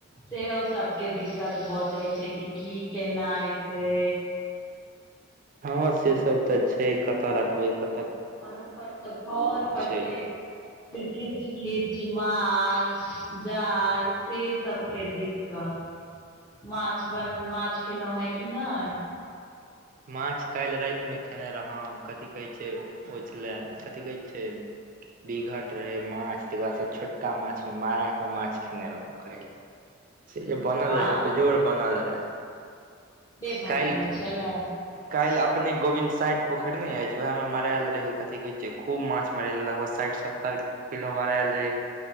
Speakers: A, on the left; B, on the right.
A: सेहो सबके दिक्कत भऽ जाइ छै कि केना एतै
B: हँ से सब तऽ छै कतय रखबै कत।
A: आओर उपरसँ घर कतेक
B: छै
A: फेर किच किच माल जाल से सबके दिक्कत माछ बन माछ खेलौं हैं कि नै
B: मांछ काल्हि रातिमे खेने रहौं कथि कहै छै ओ छलए कथि कहै छै बिघट रहैे मांछ तैके बाद छोटका माछ मारा के मांछ खेने रहौ काल्ह से जे बनल
A: हँ
B: रहेए बेजोड़ बनल रहेए
A: से बनेने
B: काल्हि
A: छलै
B: काल्हि अप अपने गोविन्द साइड पोखैर नै आईछ उएह मे मराएल रहै कथि कहै छै खूब माछ मराएल रहै लगभग साठि सत्तर किलो किलो मरैल रहै